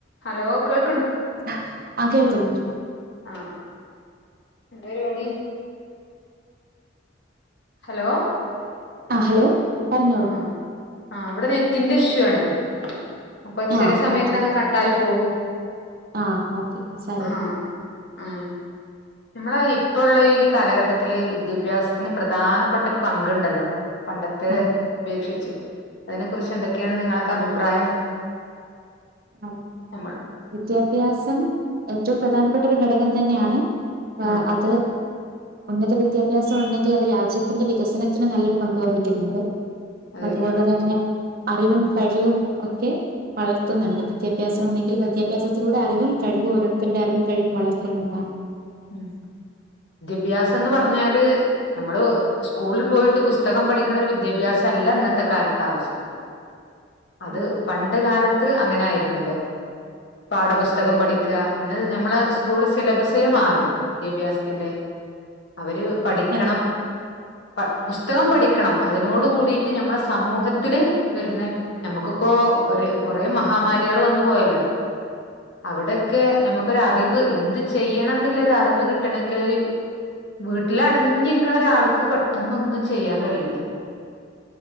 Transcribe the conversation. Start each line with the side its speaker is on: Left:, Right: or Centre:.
Left: <inaudible> Hello കേൾ
Right: അ ആ കേൾക്കുന്നുണ്ട്
Left: ആ എന്ത രിപാടി ഹലോ
Right: ആ ഹലോ പറഞ്ഞോളൂ
Left: ആ ആ ഇവിടെ നെ റ്റിന്റെ ഇഷ്യു ആണ് അപ്പൊ ചെല
Right: ആ
Left: സമയത്ത്
Right: ഓക്കെ
Left: അങ്ങ്
Right: ഓക്കെ
Left: കട്ടായി പോവും
Right: ആ ഓക്കെ ആ സാരല്ല
Left: ആഹ് ആഹ് നമ്മളെ ഇപ്പള്ള ഈ കാലഘട്ടത്തില് വിദ്യാഭ്യാസത്തിന് പ്രധാനപ്പെട്ട ഒരു പങ്കുണ്ടല്ലോ പണ്ടത്തെ
Right: ആ
Left: പേക്ഷിച്ച് അതിനെ കുറിച്ച് എന്തക്ക ക്കെയാണ് നിങ്ങളൊക്കെ അഭിപ്രായം
Right: ആ
Left: നമ്മൾ
Right: വിദ്യാഭ്യാസം ഏറ്റവും പ്രധാനപ്പെട്ട ഒരു ഘടകം തന്നെയാണ് ആ
Left: ആഹ്
Right: അത് ഉന്നത വിദ്യാഭ്യാസം ഉണ്ടെങ്കിൽ അത് രാജ്യത്തിന്റെ വികസനത്തിന് നല്ലൊരു പങ്ക് വഹിക്കുന്നുണ്ട്
Left: അതെ
Right: അതുപോലെ തന്നെ അറിവും
Left: ഉം
Right: കഴിവും ഓക്കെ <unintelligible> ത്തുന്നുണ്ട് വിദ്യാഭ്യാസം ഉണ്ടെങ്കിൽ വിദ്യാഭ്യാസത്തിലൂടെ അറിവും കഴിവു ഓരോത്തരുടെ അറിവും കഴിവും വളർത്തുണ്ടാരുന്നു
Left: ഉം വിദ്യാഭ്യാസന്ന് പറഞ്ഞാല് നമ്മള് സ്കൂളിൽ പോയിട്ട് പുസ്തകം പഠിക്കണ ഒരു വിദ്യാഭ്യാസല്ല ഇന്നത്തെ കാലത്ത് ആവശ്യള്ളത് അത്
Right: ഉം,
Left: പണ്ട് കാല ത്ത് അങ്ങനെ ആയിരുന്നുല്ലോ പാഠപുസ്തകം പഠിക്ക ഇന്ന് ഞമ്മളെ സ്കൂള് സിലബസേ മാ റി വിദ്യാഭ്യാസത്തിന്റെ അവര് പഠിക്കണം
Right: അതെ
Left: പ ബുസ് തകം പഠിക്കണം അതിനോട് കൂടീട്ട് ഞമ്മടെ സമൂഹത്തില് വരുന്ന നമുക്കിപ്പോ ഒര് കൊറേ മഹാമാ കുട്ടികള് വന്നു പോയല്ലോ അവിടെക്കെ ഞമ്മ ക്കൊരറിവ് എന്ത് ചെയ്യണന്നില്ല ഒരറിവ് കിട്ടണെങ്കിലൊരു വീട്ടില് അടഞ്ഞിരിക്കണ ഒരാൾക്ക് പെട്ടെന്ന് ഒന്നും ചെയ്യാൻ കഴിയില്ല